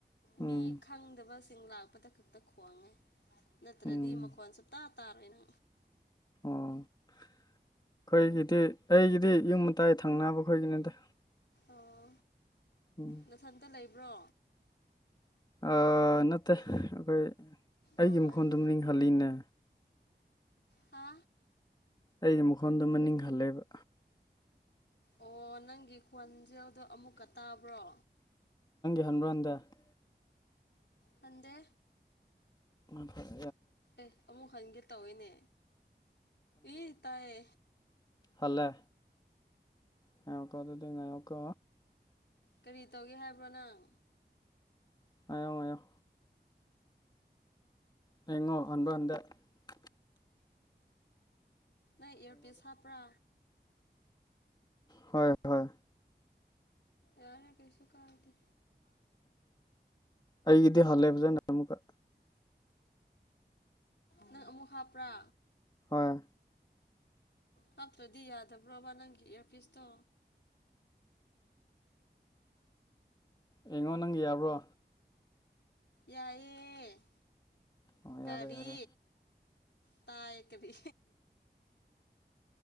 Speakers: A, on the left (about 25°); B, on the left (about 75°).
A: ꯎꯝ
B: ꯃꯤ ꯈꯪꯗꯕꯁꯤꯡ ꯂꯥꯛꯄꯗ ꯈꯛꯇ ꯈꯣꯡꯉꯦ ꯅꯠꯇ꯭ꯔꯗꯤ
A: ꯎꯝ
B: ꯃꯈꯣꯟ ꯁꯨ ꯇ ꯇꯥꯔꯣꯏꯅ
A: ꯑꯣ ꯑꯩꯈꯣꯏꯒꯤꯗꯤ ꯑꯩꯒꯤꯗꯤ ꯌꯨꯝ ꯃꯇꯥꯏ ꯊꯪꯅꯕ ꯑꯩꯈꯣꯏꯒꯤꯅꯤꯗ
B: ꯑꯣ
A: ꯎꯝ
B: ꯅꯊꯟꯇ ꯂꯩꯕ꯭ꯔꯣ
A: ꯑ ꯅꯠꯇꯦ ꯑꯩꯈꯣꯏ ꯑꯩꯒꯤ
B: ꯑꯣ
A: ꯃꯈꯣꯟꯗꯨꯝ
B: ꯑꯣ
A: ꯅꯤꯡꯍꯜꯂꯤꯅꯦ
B: ꯍꯥ
A: ꯑꯩꯒꯤ ꯃꯈꯣꯟꯗꯣ ꯃꯅꯤꯡ ꯍꯜꯂꯦꯕ
B: ꯑꯣ ꯅꯪꯒꯤ ꯈꯣꯟꯖꯦꯜꯗꯣ ꯑꯃꯨꯛꯀ ꯇꯥꯕ꯭ꯔꯣ
A: ꯈꯟꯔꯟꯗ <unintelligible>
B: ꯍꯟꯗꯦ
A: ꯎ ꯐ <unintelligible>
B: ꯑꯦ ꯑꯃꯨꯛ ꯍꯟꯒꯦ ꯇꯧꯑꯅꯦ ꯌꯤ ꯇꯌꯦ
A: ꯍꯂꯦ ꯉꯌꯣꯀ ꯑꯗꯨꯗꯤꯉꯀꯣ
B: ꯀꯔꯤ ꯇꯧꯒꯦ ꯍꯥꯏꯕ꯭ꯔꯣ ꯅꯪ
A: ꯉꯑꯣ ꯉꯑꯣ ꯌꯦꯉꯣ ꯑꯕꯗ <unintelligible>
B: ꯅ ꯏꯌꯔ ꯄꯤꯁ ꯍꯥꯄ꯭ꯔꯥ
A: ꯍꯣꯏ ꯍꯣꯏ
B: ꯌꯥꯅ ꯀꯩꯁꯨꯨ ꯀꯗꯦ
A: ꯑꯩꯒꯤꯗꯤ ꯍꯜꯂꯦ ꯐꯖꯅ ꯑꯃꯨꯛꯀ
B: ꯅꯪ ꯑꯃꯨꯛ ꯍꯥꯞꯄ꯭ꯔꯥ
A: ꯍꯣꯏ
B: ꯍꯥꯞꯇ꯭ꯔꯗꯤ ꯌꯥꯗꯕ꯭ꯔꯣꯕ ꯅꯪꯒꯤ ꯏꯌꯥꯔ ꯄꯤꯁꯇꯣ
A: ꯑꯩꯡꯉꯣ ꯅꯪ ꯌꯥꯕ꯭ꯔꯣ
B: ꯌꯥꯏꯌꯦ
A: ꯑꯣ
B: ꯀꯔꯤ
A: ꯌꯥꯔꯦ ꯌꯥꯔꯦ
B: ꯇꯥ ꯀꯗꯤ